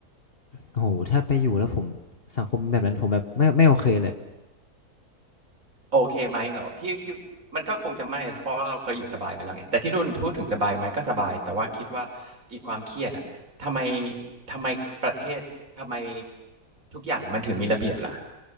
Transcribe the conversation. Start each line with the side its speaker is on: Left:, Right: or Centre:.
Left: โอ้โหถ้าไปอยู่แล้วผมสังคมแบบนั้นผมแบบไม่ไม่โอเคเลยอะ
Right: โอเคไหมเหรอพี่คิดมันก็คงจะไม่เพราะ่เราเคยอยู่สบายมาแล้วไงแต่ที่นู่นพูดถึงสบายไหมก็สบายแต่ว่าคิดว่าอีกความเครียดอะทำไมทำไมประเทศทำไมทุกอย่างมันถึงมีระเบียบล่ะ